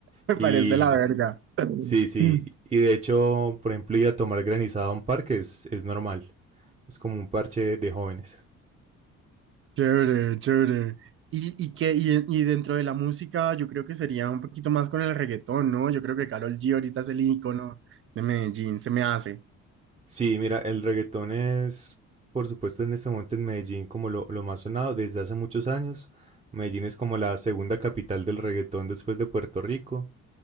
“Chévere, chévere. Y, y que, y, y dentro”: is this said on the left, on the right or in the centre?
Right